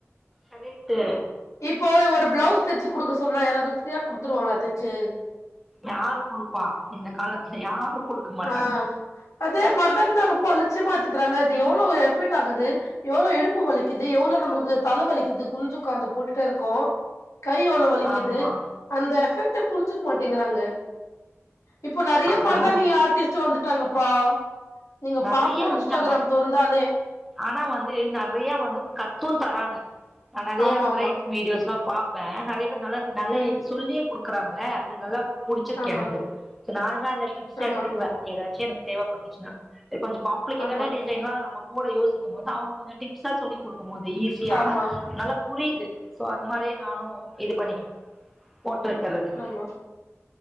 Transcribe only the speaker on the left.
இப்போ ஒரு ப்ளவுஸ் தெச்சு குடுக்க சொன்னா யாராது ஃப்ரீயா குடுத்துருவாங்களா தெச்சு
ஆ அதே மரதானி தா ரொம்ப அலச்சியமா எத்துக்குறாங்க அது எவ்ளோ எஃபெக்ட் ஆகுது எவ்ளோ இடுப்பு வலிக்குது எவ்ளோ நம்மள்க்கு தல வலிக்குது குனிஞ்சு உக்காந்து போட்டுட்டே இருக்கோ கை எவ்ளோ வலிக்குது
அந்த எஃபெக்ட்ட புரிஞ்சுக்க மாட்டேங்குறாங்க இப்போ நெறையா
மருதாணி ஆர்ட்டிஸ்ட்டு வந்துட்டாங்கப்பா நீங்க
பாக்கணு
இன்ஸ்டாகிராம் தொறந்தாலே
ஆமா ஆமா
ம்
ஆமா
ஆமா
ஆமா
ஆமா
ஆமா